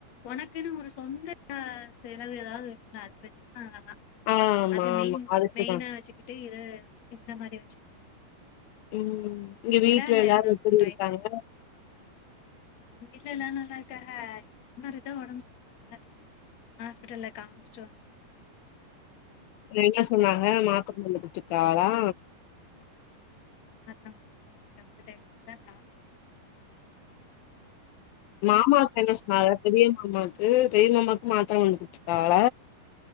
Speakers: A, on the left; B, on the left.
A: உனக்குன்னு ஒரு சொந்த செலவு ஏதாவது இருந்தா அது பிரச்சிக்கல அதல்லாம்
B: ஆமா,
A: அது மெயின்
B: ஆமா. அதுக்கு
A: மெயினா
B: தான்.
A: வச்சுக்கிட்டு இத வ இந்த மாதிரி வச்சுக்கலாம் நீ
B: உம் இங்க வீட்டுல
A: விடாத
B: எல்லாரும்
A: எதுதான்
B: எப்படி
A: ட்ரை
B: இருக்காங்க
A: பண்ணு எங்க வீட்டு்ல எல்லன்னும் எல்லா இருக்கா என் மாமனார் எதோ உடம்பு சரியல்ல ஹாஸ்பிடல்ல காமிச்ச்டு வந்த
B: என்ன சொன்னாங்க மாத்த மாந்து போட்டுருக்களா
A: உம்க்கலதான் சாப்பிடக்க
B: மாமாக்க என்ன சொன்ன பெரிய மாமா பெரியம்மாமக்கு மாத்தறை வந்துச்சுக்கவல